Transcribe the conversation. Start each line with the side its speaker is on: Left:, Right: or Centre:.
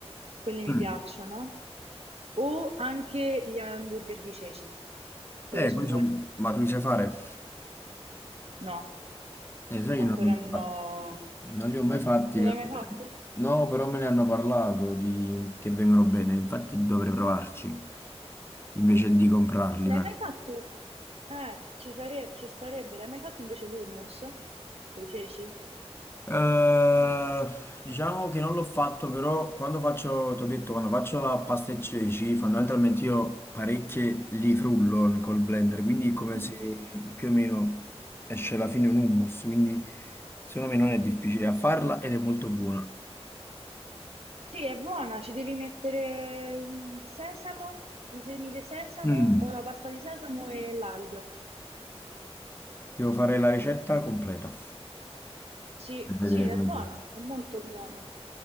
Right: quelli mi
Left: Mm.
Right: piacciono, o anche gli hamburger di ceci, quelli
Left: Eh,
Right: sono
Left: questo,
Right: buoni.
Left: ma tu li sai fare?
Right: No,
Left: Eh, sai che
Right: ancora
Left: non li ho mai
Right: non
Left: fatti.
Right: ho...
Left: Non li ho mai fatti,
Right: Non
Left: però...
Right: l'hai mai fatti?
Left: No, però me ne hanno parlato di... che vengono bene, infatti dovrei provarci, invece di comprarli.
Right: L'hai
Left: ma-
Right: mai fatto? Eh, ci sare- ci sarebbe, l'hai mai fatto invece l'hummus con i ceci?
Left: Eh, diciamo che non l'ho fatto, però quando faccio, ti ho detto, quando faccio la pasta e ceci, fondamentalmente io parecchie li frullo col blender, quindi è come
Right: Mhm.
Left: se più o meno esce alla fine un hummus, quindi secondo me non è difficile a farla ed è molto buona.
Right: Sì, è buona, ci devi mettere il sesamo, i semi di sesamo
Left: Mm,
Right: o la pasta di sesamo e l'aglio.
Left: Devo fare la ricetta completa.
Right: Sì,
Left: per vedere
Right: sì, è
Left: come
Right: buono,
Left: viene.
Right: è molto buono.